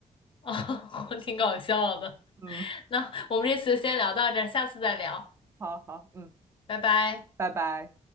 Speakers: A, on the left (about 40°); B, on the right (about 20°).
A: 啊，<laughs> 我挺搞笑的。
B: 嗯，
A: 那我们这次就先聊到这儿，下次再聊，
B: 好好，嗯，
A: 拜拜。
B: 拜拜。